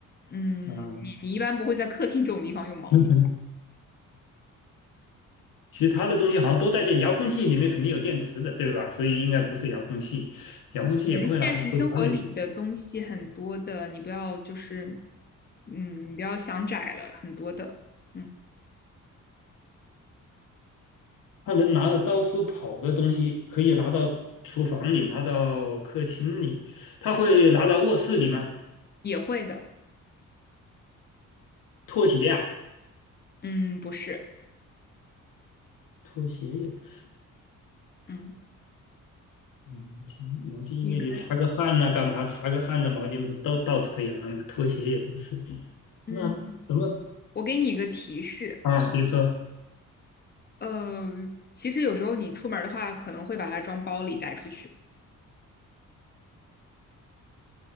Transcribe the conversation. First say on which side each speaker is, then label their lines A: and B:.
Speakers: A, on the left; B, on the left.
A: 嗯，
B: 啊，
A: 你你一般不会在客厅这种地方用毛巾，
B: <laughs> 其他的东西好像都带电，遥控器里面肯定有电池的，对吧？所以应该不是遥控器，遥控器也不会拿到厨房里去。
A: 我们现实生活里的东西很多的，你不要就是，嗯，你不要想窄了，很多的，嗯，
B: 它能拿着到处跑的东西，可以拿到厨房里，拿到客厅里，他会拿到卧室里吗？
A: 也会的，
B: 拖鞋呀、
A: 嗯，不是，
B: 拖鞋也不是。
A: 嗯，
B: 毛巾，挺毛巾，因为你擦个汗呐、
A: 你可以，
B: 干嘛？擦个汗的毛巾不都到处可以拿吗？拖鞋也不是。
A: 嗯，
B: 那什么
A: 我给你一个提示，
B: 啊？你说，
A: 呃，其实有时候你出门儿的话，可能会把它装包里带出去，